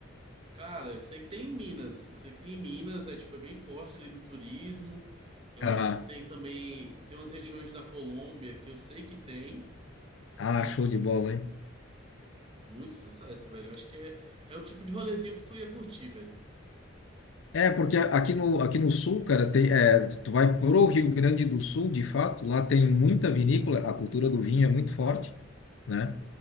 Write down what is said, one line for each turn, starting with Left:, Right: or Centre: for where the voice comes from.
Right: Cara, eu sei que tem em Minas. Eu sei que tem em Minas, é tipo, é bem forte ali no turismo. Eu
Left: Ah,
Right: acho que tem também, tem umas regiões da Colômbia que eu sei que tem.
Left: ah, show de bola, hein?
Right: Muito sucesso, velho. Eu acho que é, é o tipo de rolezinho que tu ia curtir, velho.
Left: É, porque aqui no, aqui no sul, cara, tem, é, tu vai pro Rio Grande do Sul, de fato, lá tem muita vinícola, a cultura do vinho é muito forte, né?